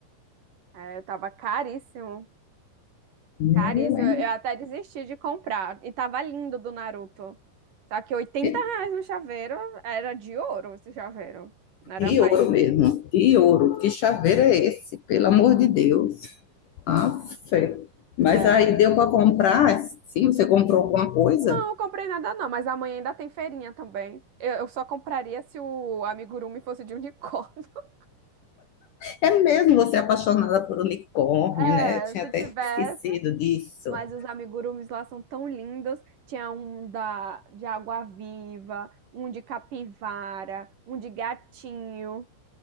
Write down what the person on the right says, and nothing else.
É, tava caríssimo.
Caríssimo.
Eu até desisti de comprar. E tava lindo do Naruto. Só que 80
reais no chaveiro era de ouro esse chaveiro. Não era
mais.
é.
Não, eu comprei nada não, mas amanhã ainda tem feirinha também. Eu, eu só compraria se o amigurumi fosse de unicórnio. <laughs>
É,
se
tivesse.
Mas os amigurumis lá são tão lindos. Tinha um da, de água-viva, um de capivara, um de gatinho.